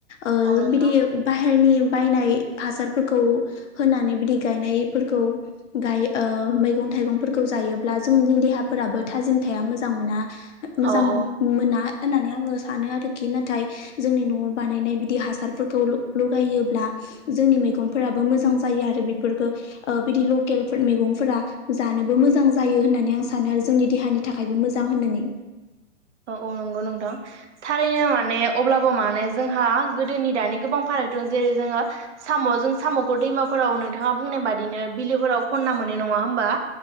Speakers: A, on the left; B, on the right.
A: ओ
B: औ नोंथां
A: बिदि बाहेरनि बायनाय हासारफोरखौ होनानै बिदि गायनायफोर खौ गाय ओ मैगं थाइगंफोरखौ जायोब्ला जोंनि देहाफोराबो थाजिम थाया मोजां मोना मोजां
B: औ औ
A: मोना होननानै आङो सानो आरोखि नाथाय जोंनि न'आव बानायनाय बिदि हा सारफोरखौ लगायोब्ला जोंनि मैगंफोराबो मोजां जायो आरो बेफोरखौ। ओ बिदि लकेल मैगंफोरा जानोबो मोजां जायो होननानै आं सानो आरो जोंनि देहानि थाखायबो मोजां होनानै।
B: <inaudible> औ औ नंगौ नोंथां थारैनो माने अब्लाबो माने जोंहा गोदोनि दानि गोबां फा राग दं जेरै जोङो साम' जों साम'खौ दैमाफोराव नोंथाङा बुंनाय बादिनो बिलिफोराव खनना मोनो। नङा होनोमबा।